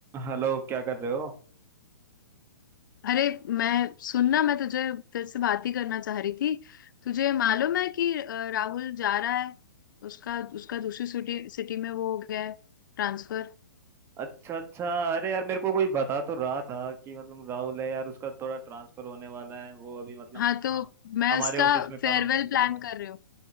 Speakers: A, on the right; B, on the left.
A: Hello क्या कर रहे हो
B: अरे मैं सुनना मैं तुझे तेरे से बात ही करना चाह रही थी तुझे मालूम है कि अ, राहुल जा रहा है उसका उसका दूसरी सिटी सिटी में वो हो गया है ट्रांसफर
A: अच्छा अच्छा अरे यार मेरे को कोई बता तो रहा था कि मतलब राहुल है यार उसका थोड़ा ट्रांसफर होने वाला है वो अभी मतलब
B: हाँ तो
A: हम
B: मैं
A: हमारे
B: उसका
A: ऑफिस में काम
B: फेयरवेल
A: नहीं कर
B: प्लान
A: रहा है
B: कर रही हूँ